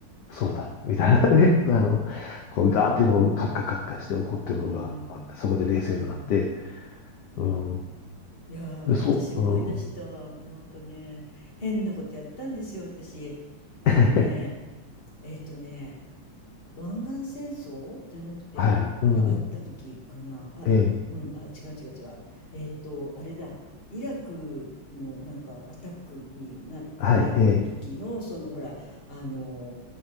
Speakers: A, on the left (about 65°); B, on the left (about 30°).
A: そうだ、みたいなね、
B: うん、
A: <laughs> あの、こう、ガーってもう、カッカカッカして怒ってるのがあって、
B: うん。
A: そこで冷静になって、
B: いやー、
A: うん。
B: いやー、
A: で、そう、
B: 私思い出した。
A: うん。
B: なんかね、変なことやったんですよ、私。あのね、
A: <laughs>
B: えっとね、湾岸戦争じゃなくてがあった時かなあうんあ違う違う違うえーっとあれだイラクのなんかアタックにな、
A: はい、うん。ええ、はい、
B: なる時のそのほらあの
A: ええ。